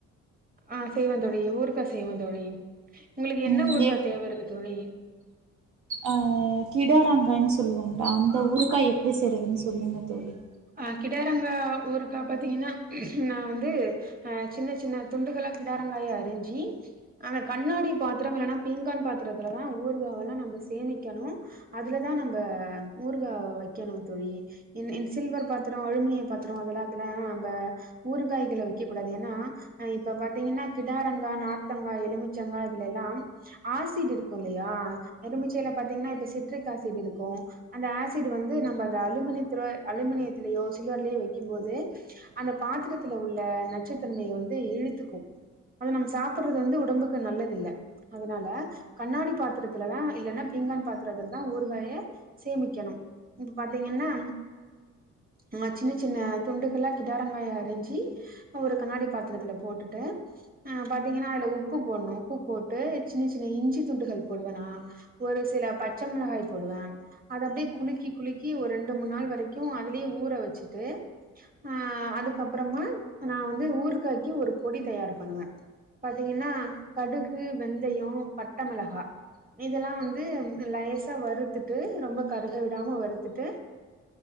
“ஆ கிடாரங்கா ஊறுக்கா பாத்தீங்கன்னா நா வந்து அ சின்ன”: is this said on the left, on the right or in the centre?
Right